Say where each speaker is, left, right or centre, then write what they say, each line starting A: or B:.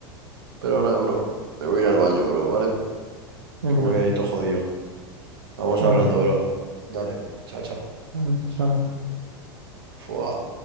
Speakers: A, on the right; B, on the right.
A: Pero nada, bro. Me voy a ir al baño, bro, ¿vale?
B: Venga,
A: Que me voy ahí todo jodido. Vamos
B: dale.
A: hablando, bro. Dale. Chao, chao.
B: Vale, Chao.
A: Fua.